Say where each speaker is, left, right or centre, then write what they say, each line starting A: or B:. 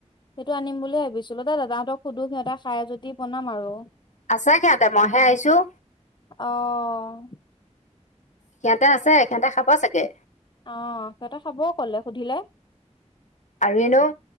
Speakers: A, on the left; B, on the left.
A: সেইটো আনিম বুলিুলিয়ে ভাবিছিলোঁ, দা দাদাাহঁতক সুধো সিহঁতে খাই যদি বনাম আৰু।
B: আছে সিহঁতে, মইহে আহিছোঁ।
A: অ'।
B: সিহঁতে আছে, সিহঁতে খাব চাগে।
A: অ' সিহঁতে খাব ক'লে সুধিলে?
B: আৰু এনেও